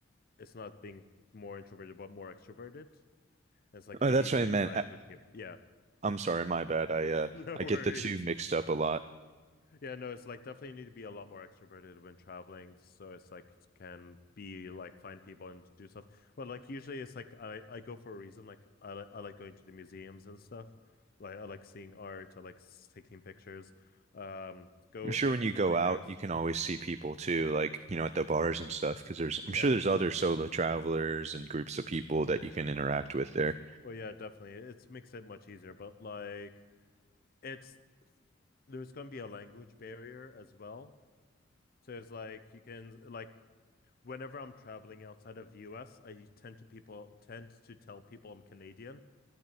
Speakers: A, on the left (about 45°); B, on the right (about 35°).
A: it's not being more introverted but more extroverted. It's like
B: Oh,
A: you
B: that's
A: need
B: what
A: to
B: I meant.
A: interact
B: I-
A: with people. Yeah,
B: I'm sorry, my bad. I uh
A: <laughs> no
B: I
A: worries.
B: get the two mixed up a lot.
A: Yeah, no, it's like definitely need to be a lot more extroverted when traveling. So it's like can be like find people and do stuff. But like usually it's like I I go for a reason. Like I li- I like going to the museums and stuff. Like I like seeing art. I like s- taking pictures. Um, go
B: I'm sure
A: if
B: when you
A: I'm
B: go
A: going
B: out,
A: there. it's-
B: you can always see people too, like, you know, at the bars and stuff, because there's I'm
A: Yeah.
B: sure there's other solo travelers and groups of people that you can interact with there.
A: Oh yeah, definitely. It's makes it much easier. But like it's there's going to be a language barrier as well So it's like you can like whenever I'm traveling outside of the US, I tend to people tend to tell people I'm Canadian,